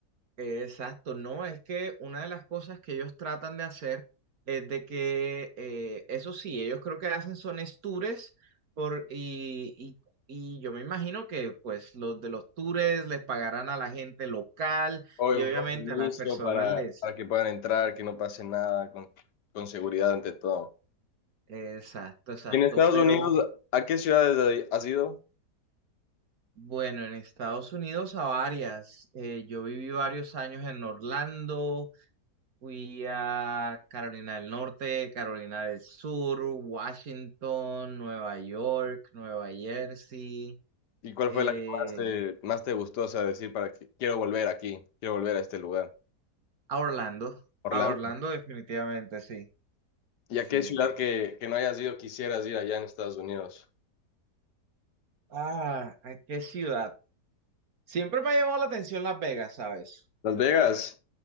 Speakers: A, on the right (about 60°); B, on the left (about 80°).
A: Exacto, no, es que una de las cosas que ellos tratan de hacer es de que, eh, eso sí, ellos creo que hacen son es tours por, y, y- y yo me imagino que pues los de los tours les pagarán a la gente local
B: Obvio,
A: y obviamente
B: con permiso
A: a las personas
B: para,
A: les...
B: para que puedan entrar, que no pase nada, con, con seguridad ante todo.
A: Exacto, exacto,
B: Y en Estados
A: pero
B: Unidos, ¿a qué ciudades has ido?
A: bueno, en Estados Unidos a varias, eh, yo viví varios años en Orlando. Fui a Carolina del Norte, Carolina del Sur, Washington, Nueva York, Nueva Jersey,
B: ¿Y cuál
A: eh,
B: fue la que más te, más te gustó, o sea, decir para que quiero volver aquí, quiero volver a este lugar?
A: a Orlando,
B: Orlando.
A: a Orlando definitivamente, sí,
B: ¿Y
A: sí.
B: a qué ciudad que, que no hayas ido quisieras ir allá en Estados Unidos?
A: Ah, ¿a qué ciudad? Siempre me ha llamado la atención Las Vegas, ¿sabes?
B: Las Vegas.